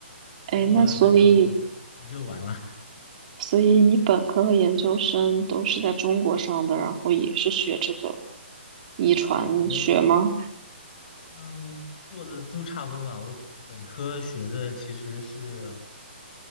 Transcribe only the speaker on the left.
超过了那就那就完了。
<laughs>
对，我嗯做的都差不多吧。我本科学的其实是